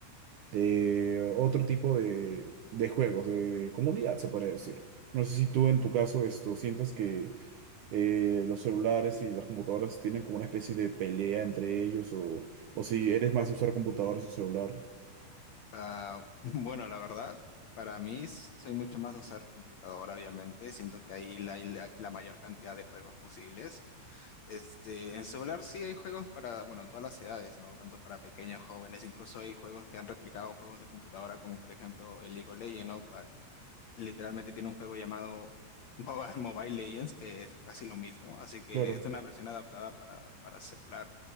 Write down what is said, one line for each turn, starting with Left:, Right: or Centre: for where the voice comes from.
Right: de otro tipo de, de juegos, de comunidad, se podría decir. No sé si tú en tu caso esto sientas que eh, los celulares y las computadoras tienen como una especie de pelea entre ellos o, o si eres más de usar computadoras o celular.
Left: Ah, <laughs> bueno, la verdad, para mí s- soy mucho más de usar computadora, obviamente. Siento que ahí la- hay la, la mayor cantidad de juegos posibles. Este, en celular sí hay juegos para, bueno, todas las edades, ¿no? Tanto para pequeños, jóvenes, incluso hay juegos que han replicado juegos de computadora, como por ejemplo el League of Legends, ¿no? Cual- literalmente tiene un juego llamado Mobile, <laughs> Mobile Legends, que es casi lo mismo. Así que
Right: Claro.
Left: es una versión adaptada para, para celular.